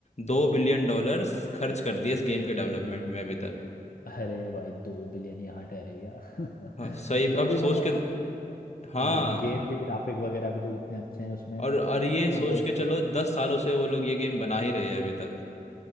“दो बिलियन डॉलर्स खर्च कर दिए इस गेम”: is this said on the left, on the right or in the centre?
Left